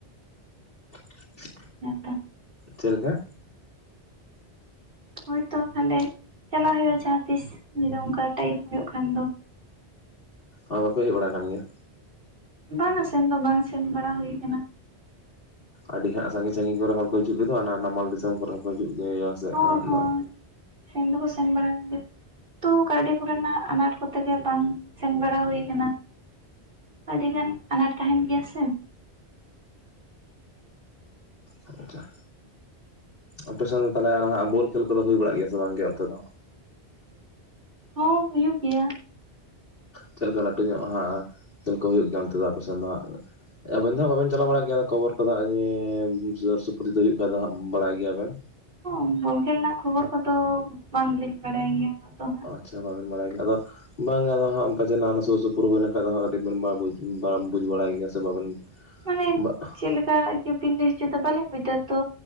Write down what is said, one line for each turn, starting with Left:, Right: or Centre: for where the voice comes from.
Left: <inaudible>
Right: ᱦᱮᱸ ᱛᱚ᱾
Left: ᱪᱮᱫᱞᱮᱠᱟ?
Right: ᱦᱳᱭ ᱛᱚ ᱛᱟᱦᱚᱞᱮ ᱪᱟᱞᱟᱣ ᱦᱩᱭᱩᱜᱼᱟ ᱡᱟᱦᱟᱸ ᱛᱤᱥ, ᱡᱩᱫᱤ ᱚᱱᱠᱟ ᱴᱟᱭᱤᱢ ᱦᱳᱭᱳᱜ ᱠᱷᱟᱱ ᱫᱚ᱾
Left: ᱟ ᱵᱟᱯᱮ ᱦᱮᱡ ᱵᱟᱲᱟᱣ ᱠᱟᱱ ᱜᱮᱭᱟ?
Right: ᱵᱟᱝᱟ ᱥᱮᱱ ᱫᱚ ᱵᱟᱝ ᱥᱮᱱ ᱵᱟᱲᱟ ᱦᱩᱭ ᱠᱟᱱᱟ᱾
Left: ᱟᱹᱰᱤ ᱦᱟᱸᱜ ᱥᱟᱺᱜᱤᱧ ᱥᱟᱺᱜᱤᱧ ᱠᱚ ᱨᱮᱱ ᱦᱚᱲ ᱠᱚ ᱦᱤᱡᱩᱜ ᱜᱮ ᱫᱚ ᱚᱱᱟ ᱱᱟᱢᱟᱞ ᱫᱤᱥᱚᱢ ᱠᱚᱨᱮ ᱦᱚᱸ ᱠᱚ ᱦᱤᱡᱩᱜ ᱜᱮᱭᱟ ᱥᱮ
Right: ᱦᱚᱸ
Left: ᱱᱟᱦᱟᱜ
Right: ᱦᱚᱸ
Left: ᱱᱟᱜ
Right: ᱥᱮᱱ ᱫᱚᱠᱚ ᱥᱮᱱ ᱵᱟᱲᱟᱣ ᱟᱠᱟᱱ ᱜᱮᱭᱟ᱾ ᱛᱚ ᱠᱟᱹᱣᱰᱤ ᱠᱚᱨᱮᱱᱟᱜ ᱟᱱᱟᱴ ᱠᱚᱛᱮ ᱜᱮ ᱵᱟᱝ ᱥᱮᱱ ᱵᱟᱲᱟ ᱦᱩᱭ ᱟᱠᱟᱱᱟ᱾ ᱟᱹᱰᱤ ᱜᱟᱱ ᱟᱱᱟᱴ ᱛᱟᱦᱮᱸᱱ ᱜᱮᱭᱟ ᱥᱮ᱾
Left: ᱟᱪᱪᱷᱟ᱾ ᱟᱯᱮ ᱥᱮᱱ ᱫᱚ ᱛᱟᱦᱚᱞᱮ ᱚᱱᱟ ᱦᱟᱸᱜ ᱵᱳᱞ ᱠᱷᱮᱞ ᱠᱚᱫᱚ ᱦᱩᱭ ᱵᱟᱲᱟᱜ ᱜᱮᱭᱟ ᱥᱮ ᱵᱟᱝ ᱜᱮ ᱚᱱᱛᱮ ᱫᱚ?
Right: ᱦᱚᱸ ᱦᱩᱭᱩᱜ ᱜᱮᱭᱟ᱾
Left: ᱪᱮᱫ ᱞᱮᱠᱟ ᱞᱟᱹᱴᱩ ᱧᱚᱜ ᱦᱟᱸᱜ ᱠᱷᱮᱞ ᱠᱚ ᱦᱩᱭᱩᱜ ᱜᱮᱭᱟ ᱚᱱᱛᱮ ᱫᱚ ᱟᱯᱮ ᱥᱮᱱ ᱫᱚ ᱦᱟᱸᱜ? ᱟᱵᱮᱱ ᱫᱚ ᱦᱟᱸᱜ ᱵᱟᱵᱮᱱ ᱪᱟᱞᱟᱣ ᱵᱟᱲᱟᱜ ᱜᱮᱭᱟ ᱟᱫᱟ ᱠᱷᱚᱵᱚᱨ ᱠᱚᱫᱚ ᱦᱟᱸᱜ ᱧᱮᱻ ᱥᱩᱨ ᱥᱩᱯᱩᱨᱤ ᱫᱚ ᱦᱩᱭᱩᱜ ᱠᱷᱟᱡ ᱫᱚ ᱦᱟᱸᱜ ᱵᱟᱲᱟᱭ ᱜᱮᱭᱟ ᱵᱮᱱ᱾
Right: ᱦᱚᱸ ᱵᱚᱞ ᱠᱷᱮᱞ ᱨᱮᱱᱟᱜ ᱠᱷᱚᱵᱚᱨ ᱠᱚᱫᱚ ᱵᱟᱝ ᱞᱤᱧ ᱵᱟᱲᱟᱭ ᱜᱮᱭᱟ ᱩᱱᱟᱹᱜ ᱫᱚ ᱦᱟᱸᱜ᱾
Left: ᱚ ᱟᱪᱪᱷᱟ ᱵᱟᱵᱮᱱ ᱵᱟᱲᱟᱭ ᱜᱮᱭᱟ᱾ ᱟᱫᱚ ᱵᱟᱝ ᱜᱮ ᱟᱫᱚ ᱦᱟᱸᱜ ᱚᱱᱠᱟ ᱪᱮᱫ ᱚᱱᱟ ᱥᱩᱨ ᱥᱩᱯᱩᱨ ᱦᱩᱭ ᱞᱮᱱᱠᱷᱟᱱ ᱫᱚ ᱦᱟᱸᱜ ᱠᱟᱹᱴᱤᱡ ᱵᱤᱱ ᱵᱟᱲᱟ ᱵᱩᱡ ᱵᱟᱲᱟᱭ ᱜᱮᱭᱟ ᱥᱮ ᱵᱟᱵᱮᱱ <unintelligible>
Right: ᱢᱟᱱᱮ ᱪᱮᱫ ᱞᱮᱠᱟ ᱡᱮ ᱵᱤᱱ ᱞᱟᱹᱭ ᱦᱚᱪᱚᱭ ᱫᱟ ᱵᱟᱹᱞᱤᱧ ᱵᱩᱡᱫᱟ ᱛᱚ᱾